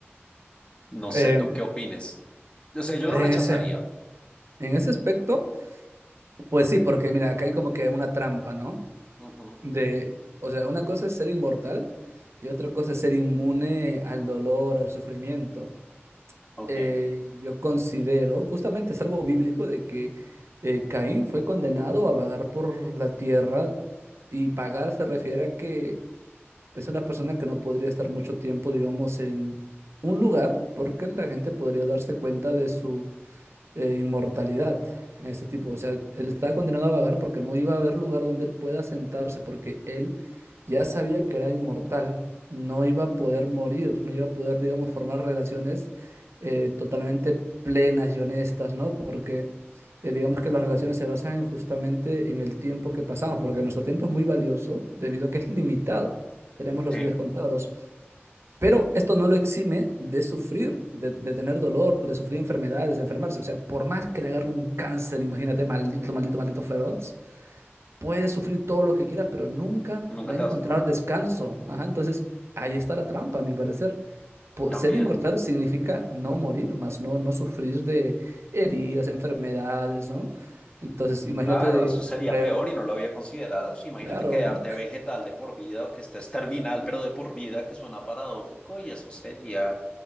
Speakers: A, on the left; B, on the right.
A: No
B: eh,
A: sé tú qué opines. O sea, yo
B: en
A: lo rechazaría.
B: ese, en ese aspecto, pues sí, porque mira, acá hay como que una trampa, ¿no?
A: Ujú.
B: De, o sea, una cosa es ser inmortal y otra cosa es ser inmune al dolor, al sufrimiento.
A: Ok.
B: eh, yo considero, justamente es algo bíblico de que eh, Caín fue condenado a vagar por la tierra y vagar se refiere a que es una persona que no podría estar mucho tiempo, digamos, en un lugar porque la gente podría darse cuenta de su eh, inmortalidad. Ese tipo, o sea, él estaba condenado a vagar porque no iba a haber lugar donde él pueda sentarse, porque él ya sabía que era inmortal, no iba a poder morir, no iba a poder, digamos, formar relaciones eh, totalmente plenas y honestas, ¿no? Porque eh, digamos que las relaciones se basan justamente en el tiempo que pasamos, porque nuestro tiempo es muy valioso debido a que es limitado, tenemos los
A: Sí,
B: días contados. Pero esto no lo exime de sufrir, de, de tener dolor, de sufrir enfermedades, de enfermarse. O sea, por más que le agarre un cáncer, imagínate, maldito, maldito, maldito feroz, puede sufrir todo lo que quiera, pero nunca
A: nunca
B: va a
A: te
B: encontrar
A: vas a morir.
B: descanso. Ajá, entonces, ahí está la trampa, a mi parecer. Po-
A: También.
B: Ser inmortal significa no morir, más no, no sufrir de heridas, enfermedades, ¿no? Entonces, imagínate
A: Claro, eso sería
B: contraer,
A: peor y no lo había considerado. Sí, imagínate
B: claro,
A: quedarte vegetal de por vida o que estés terminal, pero de por vida, que suena paradójico, y eso sería